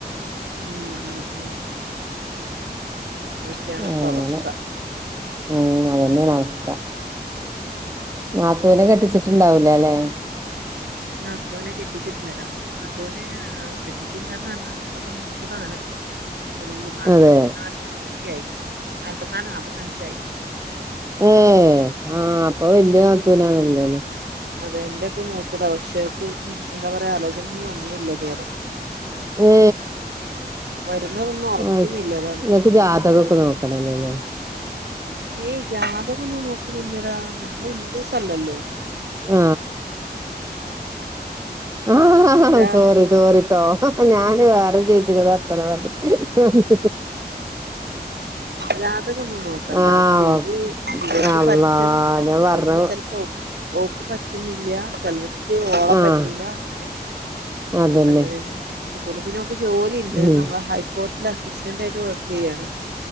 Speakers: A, on the right; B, on the right.
A: ഉം ഉം ഉം അതൊക്കെയാണ് ഇപ്പൊ
B: അങ്ങനെ
A: അവസ്ഥ
B: ഉം അതന്നെണ് അവസ് സ്ഥ നാത്തൂനെ കെട് ട്ടിച്ചിട്ടുണ്ടാവൂല ലെ
A: നാത്തൂനെ കെട്ടിച്ചിട്ടില്ലെടാ നാത്തൂനെ എ കെട്ടിച്ചില്ലാന്ന് പറഞ്ഞ നമ്മളൊക്കെ മൂത്തതാണ് ഒരു നാല്പത്തിനാല്
B: അതെ
A: വയസ്സൊക്കെ ആയി നാല്പത്തിനാല് നാപ്പത്തഞ്ചായി
B: ഏ ആ അപ്പൊ വെല്യ നാത്തൂനാണല്ലോ ലെ
A: അതെ എന്റെക്കെ മൂത്തതാ പക്ഷെ ഓക് എന്താ പറയാ ആലോചനൊ ന്നും വന്നില്ല ഇതു വെരെ
B: ഏ
A: വരുന്നതൊന്നും ഉറക്കുന്നില്ല
B: ആസ്
A: അതാണ്
B: ങ്ങക്ക് ജാതകൊക്കെ നോക്കണല്ലേ ല്ലേ
A: ഏയ് ജാതകൊന്നും നോകുന്നില്ലെടാ ഞങ്ങള് ഇന്ദുസ് അല്ലല്ലോ
B: ആ ആഹ് ഹാ ഹാ
A: ജാ
B: സോറി സോറിട്ടോ ഹ ഹ ഞാന് വേറോര് ചേച് <unintelligible> വർത്താനം <unintelligible>
A: ജാതകൊന്നും നോക്കണ്ട
B: ആഹ്
A: ക്ഷെ ഇത് ഇങ്ങക്ക്
B: ഓക്കെ അള്ളാ
A: പറ്റും
B: ഞാൻ പറഞ്ഞ
A: എന്ന് ചെൽപ്പോ ഓ ക്ക് ഓക്ക് പ ന്നില്ല ചെലർ ത് ഓളെ
B: ആഹ്
A: പറ്റൂല അങ്ങനെ
B: അതന്നെ
A: അങ്ങനെഅങ്ങനെ നീണ്ട്പോന്ന് പിന്നെ ഓക് ജോലിണ്ട്
B: ഉം
A: നമ്മളെ ഹൈക്കോ <unintelligible> അസ്റ്റന്റ് ആയിട്ട് വർക്ക്യ്യാണ്